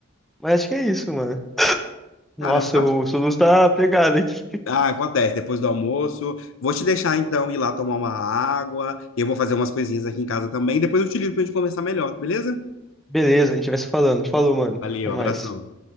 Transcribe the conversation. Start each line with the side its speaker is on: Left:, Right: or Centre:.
Centre: Mas acho que é isso, mano. Nossa,
Left: Caramba, bac-
Centre: o Soluz tá pegado aqui.
Left: ah, acontece, depois do almoço. Vou te deixar, então, ir lá tomar uma água. Eu vou fazer umas coisinhas aqui em casa também. Depois eu te ligo pra gente conversar melhor, beleza?
Centre: Beleza, a gente vai se falando. Falou, mano.
Left: Valeu,
Centre: Até mais.
Left: abração.